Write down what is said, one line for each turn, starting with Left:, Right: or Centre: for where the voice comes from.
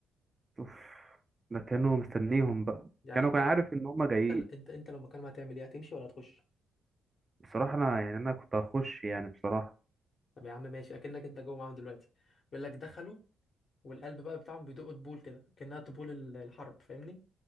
Right: اوف ده كانوا مستنيهم بقى
Left: يعني
Right: كانوا
Left: انت
Right: كان
Left: لو
Right: عارف ان هم جايين
Left: انت انت انت لو مكان ما هتعمل ايه هتمشي ولا هتخش
Right: بصراحة انا يعني انا كنت هخش يعني بصراحة
Left: طب يا عم ماشي اكنك انت جوه معاهم دلوقتي بيقول لك دخلوا والقلب بقى بتاعهم بيدق طبول كده كأنها طبول ال- الحرب فاهمني